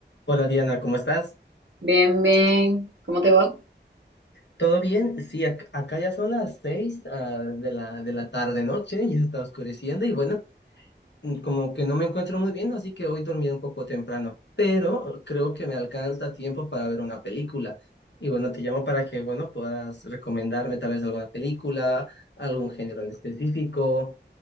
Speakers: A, on the left (about 70°); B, on the right (about 75°).
A: Hola Diana, ¿cómo estás?
B: Bien, bien. ¿Cómo te va?
A: ¿Todo bien? Sí, ac- acá ya son las seis ah, de la, de la tarde noche, ya está oscureciendo y bueno, mm, como que no me encuentro muy bien, así que hoy dormí un poco temprano, pero creo que me alcanza tiempo para ver una película. Y bueno, te llamo para que, bueno, puedas recomendarme tal vez alguna película, algún género en específico,